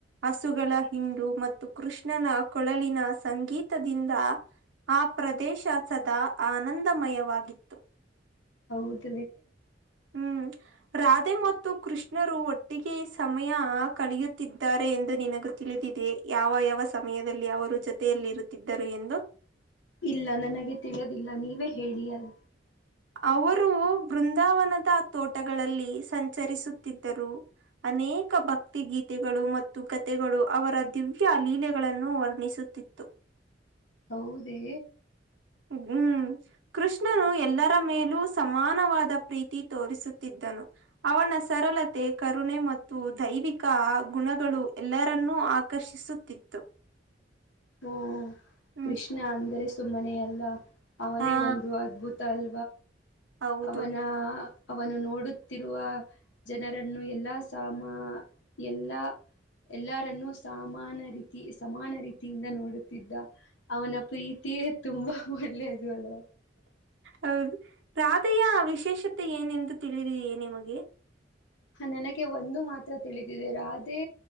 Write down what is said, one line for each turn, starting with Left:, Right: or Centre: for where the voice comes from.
Right: ಹಸುಗಳ ಹಿಂಡು ಮತ್ತು ಕೃಷ್ಣನ ಕೊಳಲಿನ ಸಂಗೀತದಿಂದ ಆ ಪ್ರದೇಶ ಸದಾ ಆನಂದಮಯವಾಗಿತ್ತು
Left: ಹೌದ
Right: ಹ್ಮ್ ರಾಧೆ ಮತ್ತು ಕೃಷ್ಣರು ಒಟ್ಟಿಗೆ ಸಮಯ ಕಲಿಯುತ್ತಿದ್ದಾರೆ ಎಂದು ನಿನಗ ತಿಳಿದು ಯಾವ ಯಾವ ಸಮಯದಲ್ಲಿ ಅವರು ಜೊತೆಯಲ್ಲಿರುತ್ತಿದ್ದರು ಎಂದು
Left: ಇಲ್ಲ ನನಗೆ ತಿಳದಿಲ್ಲ ನೀವೇ ಹೇಳಿ ಅಲ್
Right: ಅವರು ಬೃಂದಾವನದ ತೋಟಗಳಲ್ಲಿ ಸಂಚರಿಸುತ್ತಿದ್ದರು ಅನೇಕ ಭಕ್ತಿ ಗೀತೆಗಳು ಮತ್ತು ಕಥೆಗಳು ಅವರ ದಿವ್ಯ ಲೀಲೆಗಳನ್ನು ವರ್ಣಿಸ ಿತ್ತು
Left: ಹೌದೇ
Right: ಹ್ಮ್ ಕೃಷ್ಣನು ಎಲ್ಲರ ಮೇಲೂ ಸಮಾನವಾದ ಪ್ರೀತಿ ತೋರಿಸುತ್ತಿದ್ದ ಅವನ ಸರಳತೆ ಕರುಣೆ ಮತ್ತು ದೈವಿಕ ಗುಣಗಳು ಎಲ್ಲರನ್ನೂ ಆಕರ್ಷಿಸುತ್ತಿತ್ತು
Left: ಹ್ಮ
Right: ಹ್ಮ್
Left: ಕೃಷ್ಣ ಅಂದರೆ ಸುಮ್ಮನೆ ಅಲ್ಲ ಅವನೇ
Right: ಹಾ
Left: ಒಂದು ಅದ್ಭುತ ಅಲ್
Right: ಹೌದು
Left: ಅವನ ಅವನು ನೋಡುತ್ತಿರುವ ಜನರನ್ನು ಎಲ್ಲಾ ಸಾಮಾ ಎಲ್ಲಾ ಎಲ್ಲಾರನ್ನುೂ ಸಾಮಾನ ಸಮಾನ ರೀತಿಯಿಂದ ನೋಡುತ್ತಿದ್ದ ಅವನ ಪ್ರೀತಿಯೇ ತುಂಬಾ ಒಳ್ಳೆಯದು ಅಲ್ವ
Right: ಹೌದು ರಾಧೆಯ ವಿಶೇಷತೆ ಏನೆಂದು ತಿಳಿದೇ ನಿಮಗೆ
Left: ನನಗೆ ಒಂದು ಮಾತ್ರ ತಿಳಿದಿದೆ ರಾಧೆ